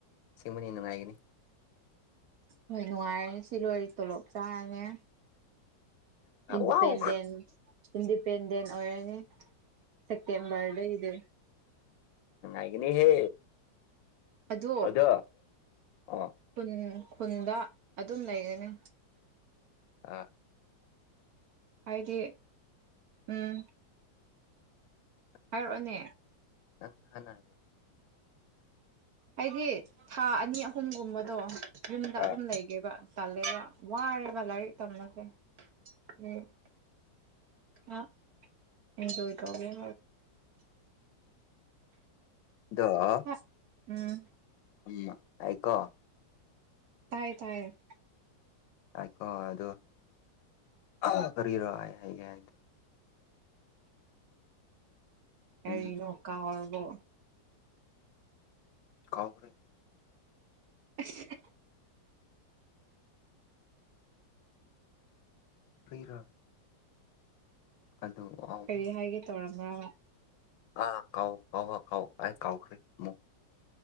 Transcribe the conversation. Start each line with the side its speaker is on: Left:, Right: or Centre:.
Left: ꯁ‌ꯦꯡꯕꯅꯤ ꯅꯨꯡꯉꯥꯏꯒꯅꯤ
Right: ꯍꯣꯏ ꯅꯨꯡꯉꯥꯏꯔꯅꯤ ꯁꯤ ꯂꯣꯏꯔꯤ ꯇꯣꯂꯣꯞ ꯆꯥꯔꯅꯤ ꯏꯟꯗꯤꯄꯦꯟꯗꯦꯟ
Left: ꯋꯥꯎ
Right: ꯏꯟꯗꯤꯄꯦꯟꯗꯦꯟ ꯑꯣꯏꯔꯅꯤ ꯁꯦꯞꯇꯦꯝꯕꯔꯗꯩꯗꯤ
Left: ꯅꯨꯡꯉꯥꯏꯒꯅꯤ ꯍꯦ
Right: ꯑꯗꯨ
Left: ꯑꯗꯣ ꯑꯣ
Right: ꯈꯨꯟ ꯈꯨꯟꯗ ꯑꯗꯨꯝ ꯂꯩꯒꯅꯤ
Left: ꯑꯥ
Right: ꯍꯥꯏꯗꯤ ꯎꯝ
Left: ꯎꯝ
Right: ꯍꯥꯏꯔꯛꯑꯣꯅꯦ꯫
Left: ꯅꯪꯪ ꯍꯥꯟꯅ
Right: ꯑꯩꯗꯤ ꯊꯥ ꯑꯅꯤ ꯑꯍꯨꯝꯒꯨꯝꯕꯗꯣ ꯌꯨꯝꯗ
Left: ꯑꯥ
Right: ꯑꯗꯨꯝ ꯂꯩꯒꯦꯕ꯫ ꯇꯜꯂꯦꯕ ꯋꯥꯔꯦꯕ ꯂꯥꯏꯔꯤꯛ ꯇꯝꯕꯁ‌ꯦ ꯎꯝ ꯍꯣꯏ ꯏꯟꯖꯣꯏ ꯇꯧꯒ‌ꯦ
Left: ꯗ‌ꯣ
Right: ꯑꯁ ꯎꯝ
Left: ꯑꯝ ꯑꯩꯀꯣ
Right: ꯇꯥꯏ ꯇꯥꯏꯌꯦ꯫
Left: ꯇꯥꯏꯀꯣ ꯑꯗꯣ ꯑ ꯀꯔꯤꯔꯥ ꯑꯩ ꯍꯥꯏꯒꯦ ꯍꯥꯏꯗꯣ꯫
Right: ꯀꯩꯅꯣ
Left: ꯎꯝ
Right: ꯀꯥꯎꯔꯕꯣ꯫
Left: ꯀꯥꯎꯔ
Right: ꯑꯁ <unintelligible>
Left: ꯀꯩꯔꯥ ꯑꯗꯨ <unintelligible>
Right: ꯀꯔꯤ ꯍꯥꯏꯒꯦ ꯇꯧꯔꯝꯕ꯭ꯔꯕ
Left: ꯑꯥ ꯀꯥꯎ ꯀꯥꯎ ꯀꯥꯎ ꯑꯩ ꯀꯥꯎꯈꯔꯦ ꯑꯃꯨꯛ꯫